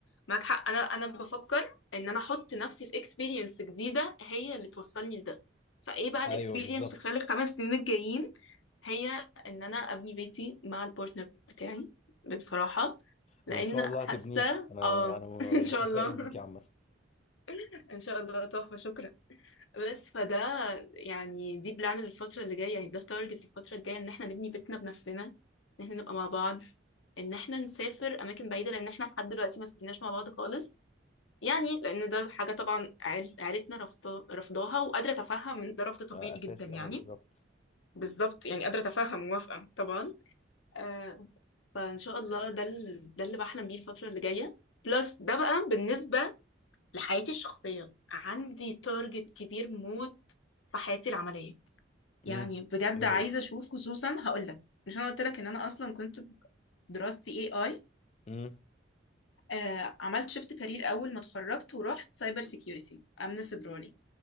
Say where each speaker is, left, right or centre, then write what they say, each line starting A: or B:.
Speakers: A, on the left; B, on the left.
A: معاك حق انا انا بفكر ان انا احط نفسي في اكسبيرينس جديده هي اللي توصلني لده فايه بقى الاكسبيرينس
B: ايوه بالظبط
A: في خلال الخمس سنين الجايين هي ان انا ابني بيتي مع البارتنر بتاعي بصراحه لان
B: وان شاء الله
A: حاسه
B: هتبنيه انا
A: اه
B: انا
A: <laughs> ان
B: متفائل
A: شاء الله
B: بيك يا عم
A: <laughs> ان شاء الله تحفه شكرا بس فده يعني دي بلان للفتره اللي جايه يعني ده تارجت الفتره الجايه ان احنا نبني بيتنا بنفسنا ان احنا نبقى مع بعض ان احنا نسافر اماكن بعيده لان احنا لحد دلوقتي ما سافرناش مع بعض خالص يعني لان ده حاجه طبعا عيل- عيلتنا رافضه- رافضاها وقادره اتفهم ان ده رفض طبيعي
B: اساسي
A: جدا يعني
B: اه بالظبط
A: بالظبط يعني قادره اتفهم موافقه طبعا آه فان شاء الله ده ال- ده اللي بحلم بيه الفتره اللي جايه بلس ده بقى بالنسبه لحياتي الشخصيه عندي تارجت كبير موت في حياتي العمليه يعني
B: امم
A: بجد
B: ايه
A: عايزه
B: هو
A: اشوف خصوصا هقول لك مش انا قلت لك ان انا اصلا كنت دراستي اي اي
B: امم
A: آه عملت شيفت كارير اول ما اتخرجت ورحت سايبر سيكيورتي امن سيبراني